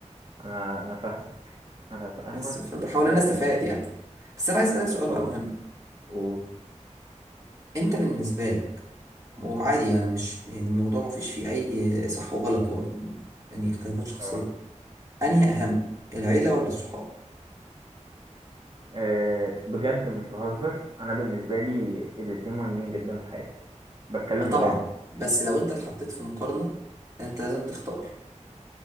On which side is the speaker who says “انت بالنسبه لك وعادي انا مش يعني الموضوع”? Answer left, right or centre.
Right